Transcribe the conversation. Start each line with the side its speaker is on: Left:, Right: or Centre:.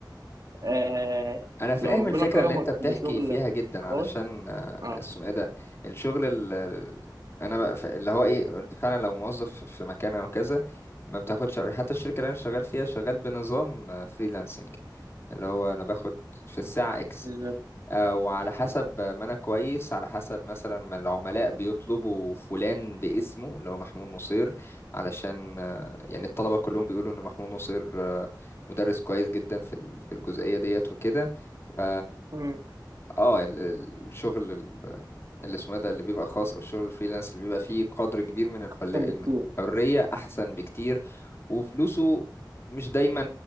Right: آه
Left: انا فاهم
Right: لو ربنا
Left: الفكره
Right: كرمك
Left: اللي انت بتحكي
Right: بشغل
Left: فيها جدا
Right: خاص
Left: علشان آه،
Right: اه
Left: اسمه ايه ده الشغل ال- ال- انا بقى ف- اللي هو ايه انت فعلا لو موظف في مكان او كذا ما بتاخدش حتى الشركه اللي انا شغال فيها شغال بنظام فريلانسنج اللي هو انا باخد في الساعه اكس
Right: بالظبط
Left: آه، وعلى حسب ما انا كويس على حسب مثلا ما العملاء بيطلبوا فلان باسمه اللي هو محمود نصير علشان آه، يعني الطلبة كلهم بيقولوا ان محمود نصير آه، مدرس كويس جدا في ال- في الجزئية ديت وكده ف
Right: مم.
Left: اه ال- ال- الشغل ال- اللي اسمه إيه ده اللي بيبقى خاص او الشغل الفريلانس اللي بيبقى فيه قدر كبير من الحل-
Right: احسن بكتير
Left: الحرية احسن بكتير وفلوسه مش دايما